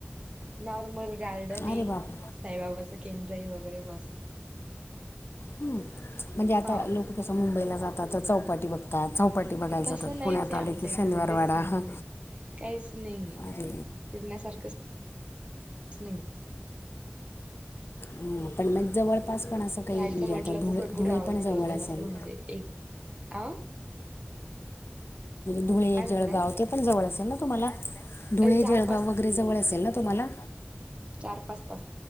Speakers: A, on the right (about 30°); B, on the left (about 75°).
A: नॉर्मल गार्डन आहे
B: अरे बाप
A: साईबाबाच केंद्र आहे. वगैरेव बस.
B: हम्म म्हणजे आता
A: हा
B: लोक कसं मुंबईला जातात. तर चौपाटी बघतात. चौपाटी बघायला जातात.
A: तसं नाहीच
B: पुण्यात
A: आहे
B: आले
A: आमच्या
B: की
A: इथं
B: शनिवारवाडा
A: मी तेच सांगते
B: हा
A: काहीच नाही
B: अरे
A: फिरण्यासारखं. नाही.
B: हम. पण मग जवळपास पण असं काही.
A: यायचं
B: म्हणजे
A: म्हटलं
B: आता धुळे-धुळे
A: तर थोडं पुढे जावं
B: पण
A: लागतं
B: जवळ
A: एकदम
B: असेल.
A: असं म्हणजे एक अ.
B: धुळे.
A: काय म्हणताय
B: जळगाव ते पण जवळ असेल ना तुम्हाला. धुळे
A: चार
B: जळगाव वगैरे जवळ असेल ना तुम्हाला.
A: चार-पाच